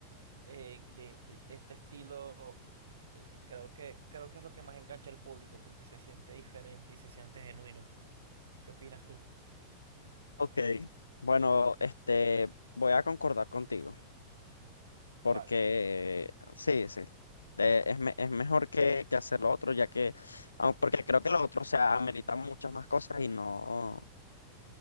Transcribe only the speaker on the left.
Ok. Bueno, este, voy a concordar contigo. Porque
sí, sí. Eh, es, me- es mejor que, que hacer lo otro, ya que, aun- porque creo que lo otro, o sea, amerita muchas más cosas y no